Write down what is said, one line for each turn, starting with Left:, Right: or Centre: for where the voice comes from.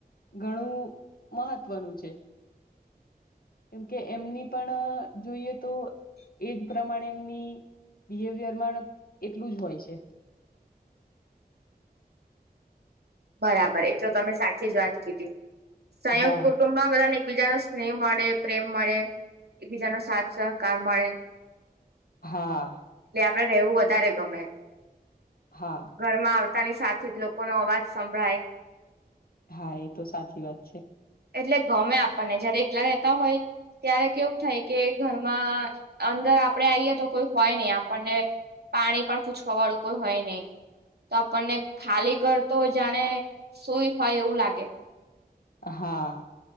Left: ઘણું મહત્વનું છે. કેમ કે એમની પણ જોઈએ તો એ જ પ્રમાણે એમની બિહેવિયર પણ એટલું જ હોય છે. <inaudible>
Right: બરાબર એટ તો તમે સાચી જ વાત કીધી સંયુક્ત
Left: હા
Right: કુટુંબમાં બધાને એકબીજા નો સ્નેહ મળે, પ્રેમ મળે, એકબીજાનો સાથ સહકાર મળે.
Left: હા.
Right: આપ રહેવું વધારે ગમે
Left: હા
Right: ઘરમાં આવતાની સાથે જ લોકો નો અવાજ સમભ્રાય.
Left: હા. એ તો સાચી વાત છે.
Right: એટલે ગમે આપણને જયારે એકલા રહેેતા હોય. ત્યારે કેવું થાય કે ઘરમાં અંદર આપડે આઈએ તો કોઈ હોય નહ આપણને પાણી પણ પૂછવા વાળું કોઈ હોય નહી તો આપણને ખાલી ઘર તો જાણે સુઈ હોય એવું લાગે
Left: હા